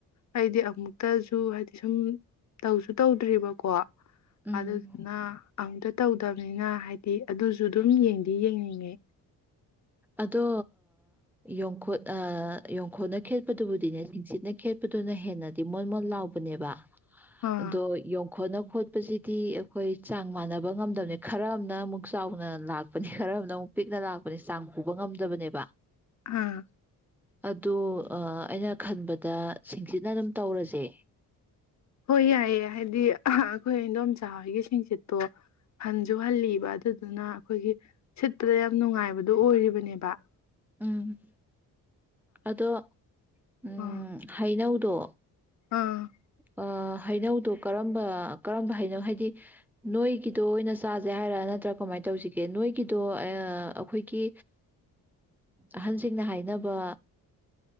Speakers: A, on the left; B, in the centre.
A: ꯑꯩꯗꯤ ꯑꯃꯨꯛꯇꯁꯨ ꯍꯥꯏꯗꯤ ꯁꯨꯝ ꯇꯧꯁꯨ ꯇꯧꯗ꯭ꯔꯤꯕꯔꯤꯕꯀꯣ
B: ꯎꯝ
A: ꯑꯗꯨꯗꯨꯅ ꯑꯝꯇꯥ ꯇꯧꯗꯕ <unintelligible> ꯍꯥꯏꯗꯤ ꯑꯗꯨꯁꯨ ꯑꯗꯨꯝ ꯌꯦꯡꯗꯤ ꯌꯦꯡꯅꯤꯡꯉꯦ
B: ꯑꯗꯣ ꯌꯣꯡꯈꯣꯠ ꯌꯣꯡꯈꯨꯠꯅ ꯈꯦꯠꯄꯗꯨꯕꯨꯗꯤꯅꯦ ꯁꯤꯡꯁꯤꯠꯅ ꯈꯦꯠꯄꯗꯨꯅ ꯍꯦꯟꯅꯗꯤ ꯃꯣꯣꯟ ꯃꯣꯟ ꯂꯥꯎꯕꯅꯦꯕ
A: ꯑꯥ
B: ꯑꯗꯣ ꯌꯣꯡꯈꯣꯠꯅ ꯈꯣꯠ ꯆꯠꯄꯁꯤꯗꯤ ꯑꯩꯈꯣꯏ ꯆꯥꯡ ꯃꯥꯟꯅꯕ ꯉꯝꯗꯕꯅꯤ ꯈꯔ ꯑꯃꯅ ꯑꯃꯨꯛ ꯆꯥꯎꯅ ꯂꯥꯛꯄꯅꯤ ꯈꯔ ꯑꯃꯅ ꯑꯃꯨꯛ ꯄꯤꯛꯅ ꯂꯥꯛꯄꯅꯤ ꯆꯥꯡ ꯄꯨꯕ ꯉꯝꯗꯕꯅꯦꯕ
A: ꯑꯥ
B: ꯑꯗꯣ ꯑꯩꯅ ꯈꯟꯕꯗ ꯁꯤꯡꯁꯤꯅ ꯑꯗꯨꯝ ꯇꯧꯔꯁꯦ
A: ꯍꯣꯏ ꯌꯥꯏꯌꯦ ꯍꯥꯏꯗꯤ ꯑꯩꯈꯣꯏ ꯑꯗꯣꯝꯆꯥ ꯍꯣꯏꯒꯤ ꯁꯤꯡꯆꯠꯇꯣ ꯍꯟꯁꯨ ꯍꯜꯂꯤꯕ ꯑꯗꯨꯗꯨꯅ ꯑꯩꯈꯣꯏꯒꯤ ꯁꯤꯠꯄꯗ ꯌꯥꯝ ꯅꯨꯡꯉꯥꯏꯕꯗꯨꯣ ꯑꯣꯏꯔꯤꯕꯅꯦꯕ
B: ꯎꯝ ꯑꯗꯣ ꯎꯝ
A: ꯑꯥ
B: ꯍꯩꯅꯧ ꯇꯣ
A: ꯑꯥ
B: <unintelligible> ꯍꯩꯅꯧꯗꯣ ꯀꯔꯝꯕ ꯀꯔꯝꯕ ꯍꯩꯅꯧ ꯍꯥꯏꯗꯤ ꯅꯣꯏꯒꯤꯗꯣ ꯑꯣꯏꯅ ꯆꯥꯁꯦ ꯍꯥꯏꯔ ꯅꯠꯇ꯭ꯔꯥ ꯀꯃꯥꯏꯅ ꯇꯧꯁꯤꯒꯦ ꯅꯣꯏꯒꯤꯗꯣ ꯑꯩꯈꯣꯏꯒꯤ ꯑꯍꯟꯁꯤꯡꯅ ꯍꯥꯏꯅꯕ